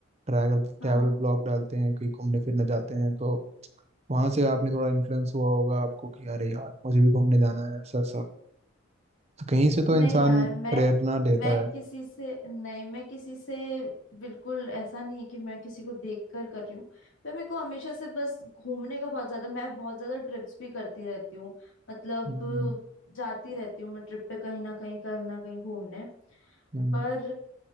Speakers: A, on the right; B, on the left.
A: ट्रैवल
B: हाँ
A: ट्रैवल ब्लॉग डालते हैं कहीं घूमने फिरने जाते हैं तो वहां से आपने थोड़ा इन्फ्लुएंस हुआ होगा आपको कि अरे यार मुझे भी घूमने जाना है ऐसा ऐसा तो कहीं से तो
B: नहीं
A: इंसान
B: यार मैं
A: प्रेरणा लेता
B: मैं
A: है
B: किसी से नहीं मैं किसी से बिल्कुल ऐसा नहीं है कि मैं किसी को देख कर कर रही हूँ पर मेरे को हमेशा से बस घूमने का बहुत ज्यादा मैं बहुत ज्यादा ट्रिप्स भी करती रहती हूँ मतलब
A: हम्म
B: जाती रहती हूँ मैं ट्रिप पे कहीं ना कहीं कहीं ना कहीं घूमने
A: हम्म
B: पर